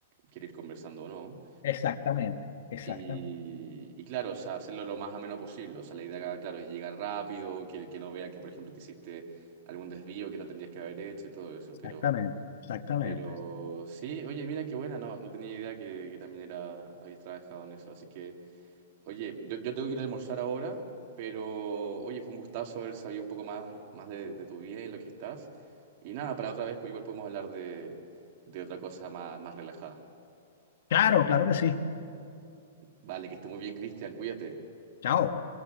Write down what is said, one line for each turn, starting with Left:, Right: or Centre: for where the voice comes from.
Right: quiere ir conversando o no.
Left: Exactamente, exactamente,
Right: Y, y claro, o sea, hacerlo lo más ameno posible, o sea, la idea, claro, es llegar rápido, que, que no vea que, por ejemplo, te hiciste algún desvío que no tendrías que haber hecho y todo eso,
Left: exactamente,
Right: pero...
Left: exactamente.
Right: Pero sí, oye, mira qué buena, no, no tenía idea que, que también era, habías trabajado en eso, así que, oye, yo, yo tengo que ir a almorzar ahora, pero oye, fue un gustazo haber sabido un poco más, más de, de tu vida y lo que estás. Y nada, para otra vez pues, igual podemos hablar de, de otra cosa más, más relajada.
Left: Claro, claro que sí.
Right: Vale, que esté muy bien, Cristian, cuídate.
Left: Chao.